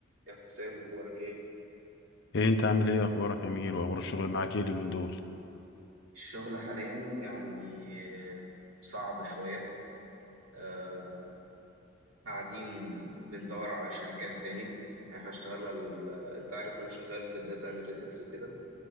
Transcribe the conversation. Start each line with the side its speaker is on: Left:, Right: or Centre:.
Right: يا حسام اخبارك ايه
Left: ايه انت عامل ايه اخبارك يا امير واخبار الشغل معاك ايه اليومين دول
Right: الشغل حاليا يعني صعب شوية آه قاعدين بندور على شركات تاني يعني احنا اشتغلنا ال... انت عارف انا شغال في الداتا اناليتكس وكده